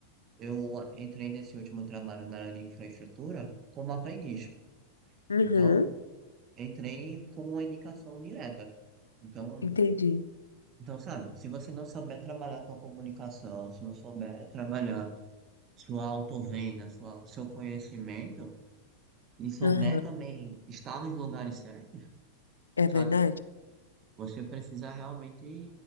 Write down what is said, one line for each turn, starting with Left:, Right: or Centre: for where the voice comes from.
Right: eu entrei nesse último trabalho na área de infraestrutura como aprendiz.
Left: Aham.
Right: Então, entrei como uma indicação direta. Então,
Left: Entendi.
Right: então, sabe, se você não souber trabalhar sua comunicação, se não souber trabalhar sua autovenda, sua, seu conhecimento, e souber
Left: Aham.
Right: também estar nos lugares certos,
Left: É
Right: sabe?
Left: verdade?
Right: Você precisa realmente